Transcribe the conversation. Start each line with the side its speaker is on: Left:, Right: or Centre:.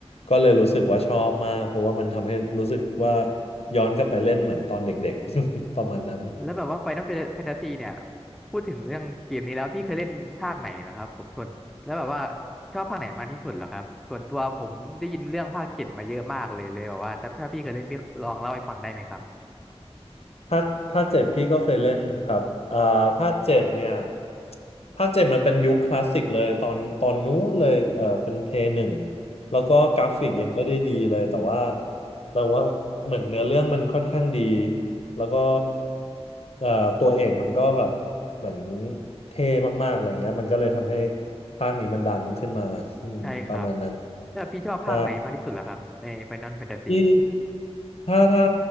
Left: ก็เลยรู้สึกว่าชอบมากเพราะว่ามันทำให้รู้สึกว่าย้อนกลับไปเล่นเหมือนตอนเด็กๆ <laughs> ประมาณนั้น
Centre: แล้วแบบว่า Final Fantasy เนี่ยพูดถึงเรื่องเกมนี้แล้วพี่เคยเล่นภาคไหนเหรอครับส่วนแล้วแบบว่าชอบภาคไหนมากที่สุดเหรอครับส่วนตัวผมได้ยินเรื่องภาคเจ็ดมาเยอะมากเลยเลยแบบว่าถ้าถ้าพี่เคยเล่นพี่ลองเล่าให้ฟังได้ไหมครับ
Left: ภาคภาคเจ็ดพี่ก็เคยเล่นครับอ่าภาคเจ็ดเนี่ยภาคเจ็ดมันเป็นยุคคลาสสิกเลยตอนตอนนู้นเลยเออเป็นเพย์หนึ่งแล้วก็กราฟิกยังไม่ได้ดีเลยแต่ว่าแต่ว่าเหมือนเนื้อเรื่องมันค่อนข้างดีแล้วก็เอ่อตัวเอกมันก็แบบเหมือนเท่มากๆอะไรเงี้ยมันก็เลยทำให้ภาคนี้มันดังขึ้นมาอืมประมาณนั้น
Centre: ใช่ครับแล้วพี่ชอบภาคไหนมากที่สุดล่ะครับใน
Left: ใช่
Centre: Final Fantasy
Left: ที่ถ้าถ้า